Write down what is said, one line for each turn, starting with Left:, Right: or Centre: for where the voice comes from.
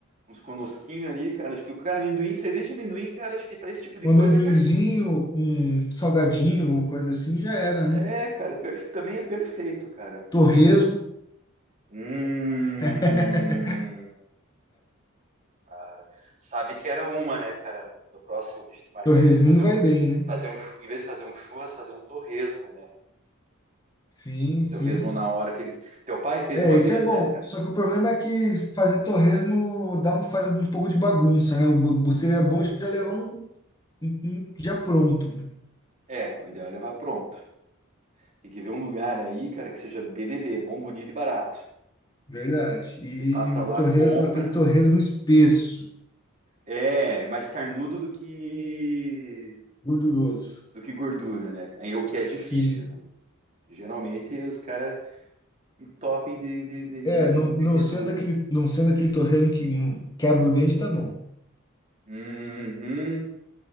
Right: uns conosquinhos ali, cara. Acho que o cara amendoim, cerveja e amendoim, cara, acho que para esse tipo de
Left: Um
Right: coisa
Left: amendoinzinho,
Right: é perfeito.
Left: um salgadinho, alguma coisa assim, já era,
Right: É,
Left: né?
Right: cara, é perfe- também é perfeito, cara.
Left: Torresmo.
Right: Hum.
Left: <laughs>
Right: Cara, Sabe que era uma, né, cara? No, no próximo que a gente marcar,
Left: Torresminho
Right: em vez de fazer, um-
Left: vai bem, né?
Right: fazer um, chu- em vez de fazer um churras, fazer um torresmo, né?
Left: Sim, sim.
Right: Torresmo na hora que ele. Teu pai fez
Left: É,
Right: uma
Left: esse
Right: vez,
Left: é bom.
Right: né, cara?
Left: Só que o problema é que fazer torresmo dá um, faz um pouco de bagunça, né? O bu- bu- Seria bom já levar um, um- um já pronto. né?
Right: É, o ideal é levar pronto. Tem que ver um lugar aí, cara, que seja BBB, bom, bonito e barato.
Left: Verdade. E
Right: Você passa lá,
Left: torresmo,
Right: compra.
Left: aquele torresmo espesso,
Right: É, mais carnudo do que
Left: gorduroso.
Right: do que gordura, né? Aí é o que é difícil,
Left: Sim.
Right: né? Geralmente os caras um topping de, de, de,
Left: É,
Right: de, de-
Left: não, não
Right: de gordura.
Left: sendo aquele, não sendo aquele torresmo que hum, quebra o dente, tá bom,
Right: Uhum.